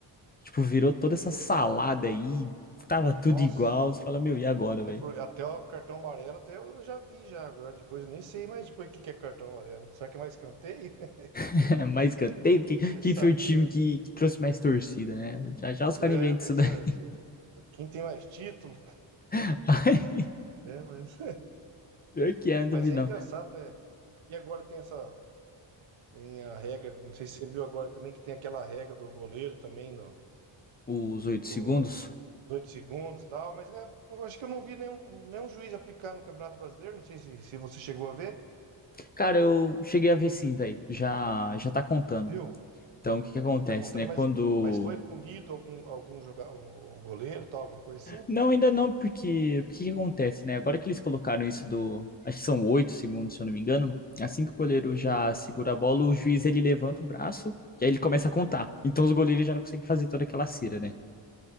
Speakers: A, on the left (about 20°); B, on the right (about 85°).
A: Tipo, virou toda essa salada aí, tava tudo
B: Nossa,
A: igual. Você fala, meu, e agora,
B: é
A: velho?
B: por- até o cartão amarelo até eu já vi já agora. Depois eu nem sei mais depois o que que é cartão amarelo. Será que é mais escanteio? <laughs>
A: <laughs> Mais escanteio? Quem,
B: Vai
A: quem
B: saber,
A: foi o time
B: né?
A: que, que trouxe mais torcida, né? Já já os
B: É,
A: caras inventam
B: vai
A: isso
B: saber.
A: daí.
B: Quem tem mais título?
A: <laughs> Ai,
B: É, mas,
A: Pior
B: <laughs>
A: que é, não
B: mas
A: duvido
B: é
A: não.
B: engraçado, né? E agora tem essa, tem a regra, não sei se você viu agora também que tem aquela regra do goleiro também no,
A: Os oito
B: do,
A: segundos.
B: dos segundos e tal, mas é, eu acho que eu não vi nenhum, nenhum juiz aplicar no Campeonato Brasileiro, não sei se, se você chegou a ver,
A: Cara, eu cheguei a ver sim, velho. Já, já tá contando.
B: viu?
A: Então, o que que acontece,
B: Já tá contando,
A: né?
B: mas,
A: Quando
B: mas foi punido algum, algum jogador, o goleiro, e tal, alguma coisa assim?
A: Não, ainda não, porque porque que acontece, né? Agora que eles colocaram isso do, acho que são oito segundos, se eu não me engano, assim que o goleiro
B: Sim.
A: já segura a bola, o juiz ele levanta o braço e aí ele começa a contar. Então os goleiros já não conseguem fazer toda aquela cera, né?